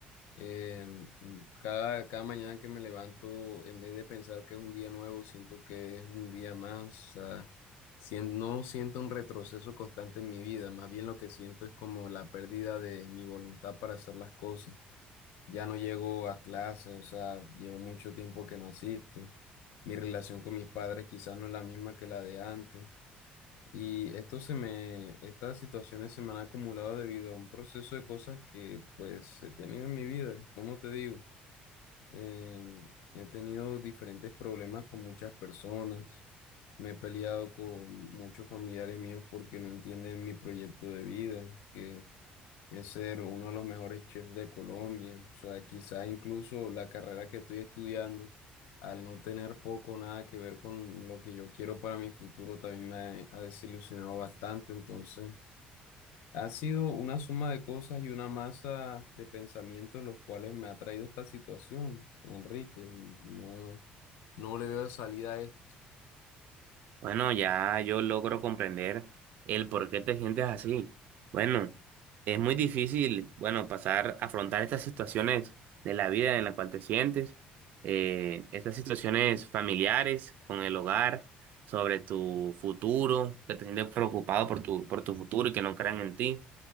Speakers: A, on the left; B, on the right.
A: Eh, cada, cada mañana que me levanto, en vez de pensar que es un día nuevo, siento que es un día más. O sea, sien- no siento un retroceso constante en mi vida, más bien lo que siento es como la pérdida de mi voluntad para hacer las cosas. Ya no llego a clase o sea, llevo mucho tiempo que no asisto. Mi relación con mis padres quizás no es la misma que la de antes. Y esto se me, estas situaciones se me han acumulado debido a un proceso de cosas que pues he tenido en mi vida, como te digo, Eh, he tenido diferentes problemas con muchas personas, me he peleado con muchos familiares míos porque no entienden mi proyecto de vida, que es ser uno de los mejores chefs de Colombia. O sea, quizás incluso la carrera que estoy estudiando, al no tener poco o nada que ver con lo que yo quiero para mi futuro, también me ha desilusionado bastante. Entonces, ha sido una suma de cosas y una masa de pensamientos los cuales me ha traído esta situación, Enrique. No, no le veo salida a esto.
B: Bueno, ya yo logro comprender el por qué te sientes así. Bueno, es muy difícil, bueno, pasar, afrontar estas situaciones de la vida en la cual te sientes, eh, estas situaciones familiares con el hogar, sobre tu futuro, que te sientes preocupado por tu, por tu futuro y que no crean en ti.